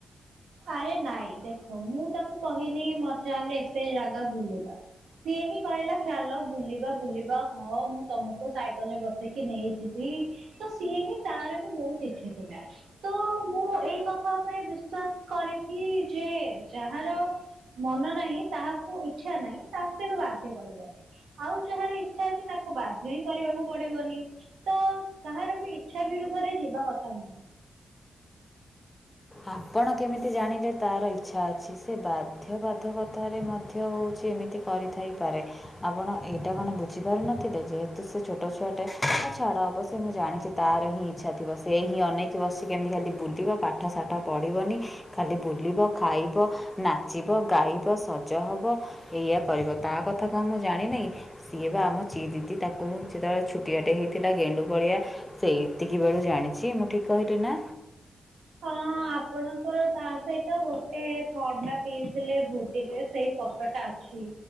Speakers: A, on the right; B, on the left.
A: ଆରେ ନାଇଁ ଦେଖ ମୁଁ ତାକୁ କହିନି ମ ଚାଲେ ଏତେ ଜାଗା ବୁଲିବା। ସିଏ ହିଁ କହିଲା ଚାଲ ବୁଲିବା ବୁଲିବା ହଁ ମୁଁ ତମକୁ ସାଇକେଲ ରେ ବସେଇକି ନେଇଯିବି। ତ ସିଏ ହିଁ ତାର ହିଁ ବହୁତ ଇଚ୍ଛା ଥିଲା ତ ମୁଁ ଏଇ କଥା ଉପରେ ବିଶ୍ବାସ କରେ କିି ଯେ ଯାହାର ମନ ନାହିଁ ତାହାକୁ ଇଛା ନାହିଁ ତାହାକୁ କେବେ ବାଧ୍ୟ କରିବନି। ଆଉ ଯାହାର ଇଚ୍ଛା ଅଛି ତାକୁ ବାଧ୍ୟ ହିଁ କରିବାକୁ ପଡିବନି। ତ କାହାର ବି ଇଚ୍ଛା ବିରୁଦ୍ଧରେ ଯିବା କଥା ନୁହେଁ।
B: ଆପଣ କେମିତି ଜାଣିଲେ ତାର ଇଚ୍ଛା ଅଛି ସେ ବାଧ୍ୟବାଧକତାରେ ମଧ୍ୟ ହଉଛି ଏମିତି କରିଥାଇପାରେ? ଆପଣ ଏଇଟା କଣ ବୁଝିପାରୁିନଥିଲେ ଯେହେତୁ ସେ ଛୋଟ ଛୁଆଟେ ନ ଛାଡ଼ ଅବଶ୍ୟ ମୁଁ ଜାଣିଛି ତାର ହିଁ ଇଚ୍ଛାଥିବ ସେ ହିଁ ଅନେଇକୀ ବସିଛି କେମିତି ଖାଲି ବୁଲିବ ପାଠ ସାଠ ପଢ଼ିବନି ଖାଲି ବୁଲିବ ଖାଇବ ନା ନାଚିବ ଗାଇବ ସଜ ହବ ଏଇଆ କରିବ ତା କଥା କଣ ମୁଁ ଜାଣିନାଇଁ‌ ସିଏ ବା ଆମ ଚିଏ ଦିଦି ତାକୁ ମୁଁ ଯେତେବେଳେ ଛୁଟିଆଟେ ହେଇଥିଲା ଗେଣ୍ଡୁ ଭଳିଆ ସେଇତିକି ବେଳୁ ଜାଣିଛି ମୁଁ ଠିକ୍ କହିଲି ନା?
A: ହଁ। ଆପଣଙ୍କର ତା ସହିତ ଗୋଟେ ଥଣ୍ଡା ପିଇଥିଲେ ଭୋଜିରେ ସେଇ ଫଟୋଟା ଅଛି।